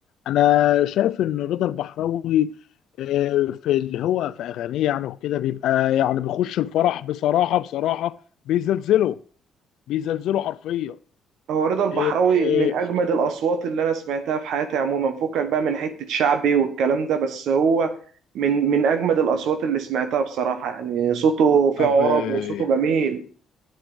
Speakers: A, on the left; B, on the right.
A: انا شايف ان رضا البحراوي آه، في اللي هو في اغانيه يعني وكده بيبقى يعني بيخش الفرح بصراحه بصراحه بيزلزله بيزلزله حرفيا
B: هو رضا البحراوي
A: آه، آه،
B: من اجمد الاصوات اللي انا سمعتها في حياتي عموما فكك بقى من حته شعبي والكلام ده بس هو من من اجمد الاصوات اللي سمعتها بصراحه يعني صوته فيه
A: طب
B: عرب
A: آه،
B: وصوته جميل